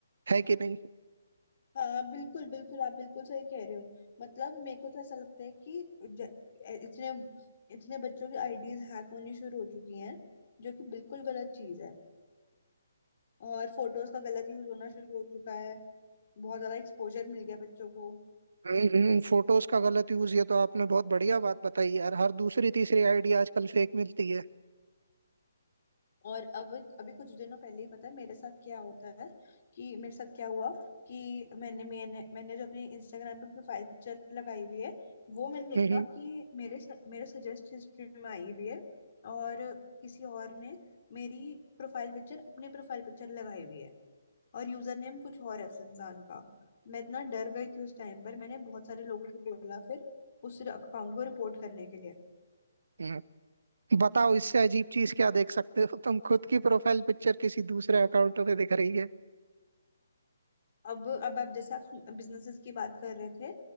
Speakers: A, on the right; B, on the left.
A: है कि नहीं
B: हाँ बिल्कुल बिल्कुल आप बिल्कुल सही कह रहे हो मतलब मेरे को तो ऐसा लगता है कि ज- इतने इतने बच्चों की आईडीज हैक होनी शुरू हो चुकी हैं जो कि बिल्कुल गलत चीज है और फोटोज का गलत यूज होना शुरू हो चुका है बहुत ज्यादा एक्सपोजर मिल गया बच्चों को
A: बाकी फोटोज का गलत यूज ये तो आपने बहुत बढ़िया बात बताई यार हर दूसरी तीसरी आईडी आजकल फेक मिलती है
B: और अब अभी कुछ दिनों पहले ही पता है मेरे साथ क्या होता है कि मेरे साथ क्या हुआ कि मैंने मैंने मैंने जो अपनी इंस्टाग्राम में प्रोफाइल पिक्चर लगाई हुई है वो मैंने देखा
A: हम्म, हम्म।
B: कि मेरे स- मेरे सजेस्ट हिस्ट्री में आई हुई है और किसी और ने मेरी प्रोफाइल पिक्चर अपनी प्रोफाइल पिक्चर लगाई हुई है और यूजर नेम कुछ और है उस इंसान का मैं इतना डर गई थी उस टाइम पर मैंने बहुत सारे लोगों को बोला फिर उस अकाउंट को रिपोर्ट करने के
A: हम्म। बताओ इससे अजीब चीज क्या देख सकते हो तुम खुद की प्रोफाइल पिक्चर किसी दूसरे
B: लिए
A: अकाउंट पे दिख रही है
B: अब अब आप जैसे आप बिजनेसेस की बात कर रहे थे